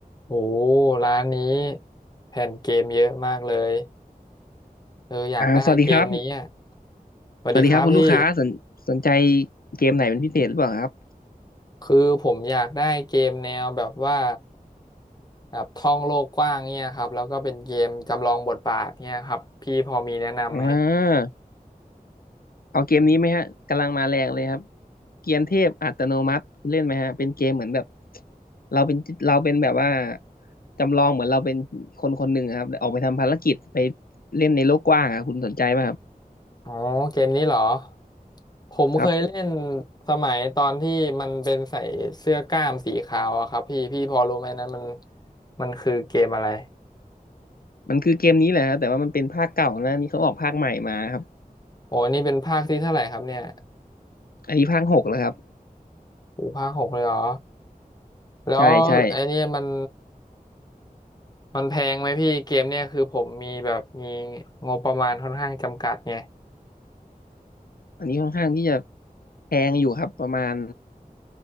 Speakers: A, on the left; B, on the left.
A: โอ้ร้านนี้แผ่นเกมเยอะมากเลยเอออยากได้เกมนี้อ่ะ
B: อ่าสวัสดีครับ
A: สวัสดีครับพี่
B: สวัสดีครับคุณลูกค้าสนสนใจเกมไหนเป็นพิเศษหรือเปล่าครับ
A: คือผมอยากได้เกมแนวแบบว่าแบบท่องโลกกว้างเนี่ยครับแล้วก็เป็นเกมจำลองบทบาทเนี่ยครับพี่พอมีแนะนำไหม
B: อ่าเอาเกมนี้ไหมฮะกำลังมาแรงเลยครับเกียนเทพอัตโนมัติคุณเล่นไหมฮะเป็นเกมเหมือนแบบเราเป็นเราเป็นแบบว่าจำลองเหมือนเราเป็นคนคนหนึ่งอะครับแต่ออกไปทำภารกิจไปเล่นในโลกกว้างอะคุณสนใจไหมครับ
A: อ๋อเกมนี้เหรอผมเคยเล่น
B: ครับ
A: สมัยตอนที่มันเป็นใส่เสื้อกล้ามสีขาวอะครับพี่พี่พอรู้ไหมนั้นมันมันคือเกมอะไร
B: มันคือเกมนี้แหละฮะแต่ว่ามันเป็นภาคเก่านะนี่เขาออกภาคใหม่มาครับ
A: โอ้นี่เป็นภาคที่เท่าไหร่ครับเนี่ย
B: อันนี้ภาคหกแล้วครับ
A: โอ้ภาคหกเลยเหรอ แล้วไอ้เนี่ยมัน
B: ใช่ใช่
A: มันแพงไหมพี่เกมเนี่ยคือผมมีแบบมีงบประมาณค่อนข้างจำกัดไง
B: อันนี้ค่อนข้างที่จะแพงอยู่ครับประมาณ